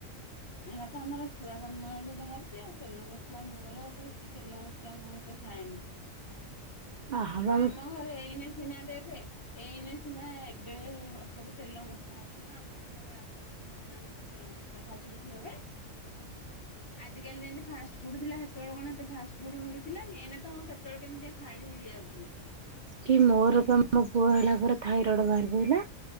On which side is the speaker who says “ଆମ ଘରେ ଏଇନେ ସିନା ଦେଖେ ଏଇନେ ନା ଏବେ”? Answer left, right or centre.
Left